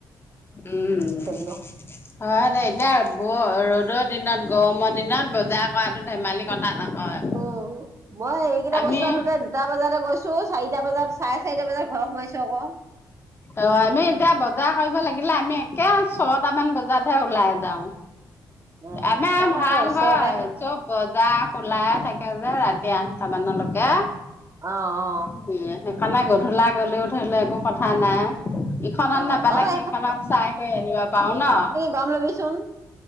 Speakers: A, on the left; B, on the right.
A: উম।
B: বোলো
A: হয় দে এতিয়া বৰ ৰ'দৰ দিনত গৰমৰ দিনত বজাৰ কৰাটো ধেমালি কথা নহয়।
B: ঔ মই এইকেইটা
A: আমি
B: বস্তু আনোতে দুটা বজাতে গৈছো চাৰিটা বজাত চাৰে চাৰটা বজাত ঘৰ সোাইছো আকৌ।
A: অ আমি এতিয়া বজাৰ কৰিব লাগিলে আমি একে ছটামান বজাতহে ওলাই যাওঁ।
B: অ',
A: আমে
B: তহঁতৰ
A: ভাল
B: আকৌ ওচৰতে
A: হয় চব। বজা খোলাই থাকে যে ৰাতি আঠটা মানলৈকে।
B: আহ অ।
A: উম সেইকাৰণে গধূলা গলেও ধৰি লও একো কথা নাই। ইখনত
B: অ
A: নাপালে
B: তহঁতৰ
A: সিখনত চাই কৰি আনিব পাৰো ন।
B: গাম লবি ছোন।